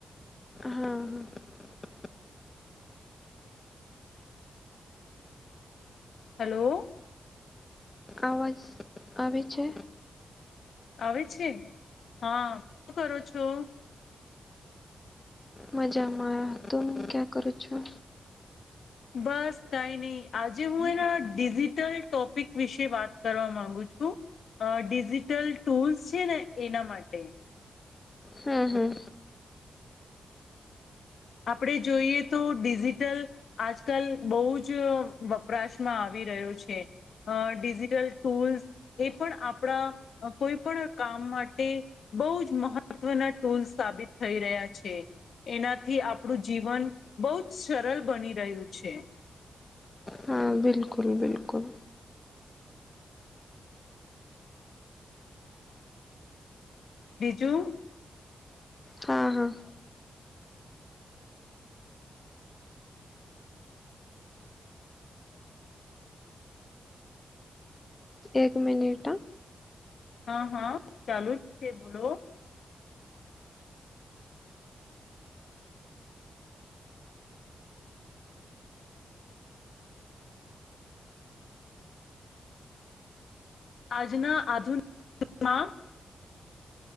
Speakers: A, on the left (about 25°); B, on the left (about 70°).
A: હા.
B: હલો.
A: અવાજ આવે છે.
B: આવે છે? હા શું કરો છો?
A: મજામાં, તો હું ક્યાં કરું છું?
B: બસ કઈ નહી આજે હું એના ડિજિટલ ટોપિક વિશે વાત કરવા માંગુ છું. અ ડિજિટલ ટૂલ્સ છે, ને એના માટે
A: હા હા.
B: આપણે જોઈએ તો ડિજિટલ આજકાલ બહુ જ વપરાશમાં આવી રહ્યો છે. અ ડિજિટલ ટૂલ્સ એ પણ આપણા કોઈ પણ કામ માટે બહુ જ મહત્વના ટૂલ સાબિત થઈ રહ્યા છે, એના થી આપણું જીવન બહુ જ સરળ બની રહ્યું છે.
A: હા બિલકુલ બિલકુલ.
B: બીજું?
A: હા હા. એક મિનિટ અ
B: હા હા ચાલુ જ છે બોલો આજના આધુનિકમાંલ